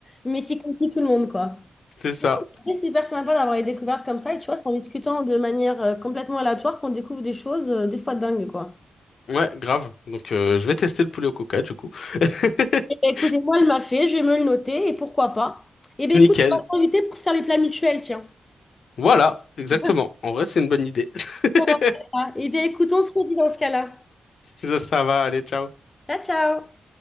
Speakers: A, on the left; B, on the left.
A: mais qui conquit tout le monde, quoi.
B: C'est ça.
A: C'est super sympa d'avoir les découvertes comme ça. Et tu vois, c'est en discutant de manière euh, complètement aléatoire qu'on découvre des choses, euh, des fois dingues, quoi.
B: Ouais, grave. Donc, euh, je vais tester le poulet au coca, du coup. <laughs>
A: Eh ben, écoutez, moi, elle m'a fait, je vais me le noter, et pourquoi pas. Eh bien,
B: Nickel.
A: écoute, on va s'inviter pour se faire les plats mutuels, tiens.
B: Voilà, exactement.
A: <laughs>
B: En vrai, c'est une bonne idée. <laughs>
A: On va faire ça. Eh bien, écoute, on se redit dans ce cas-là.
B: Ça ça va, allez, ciao.
A: Ciao, ciao!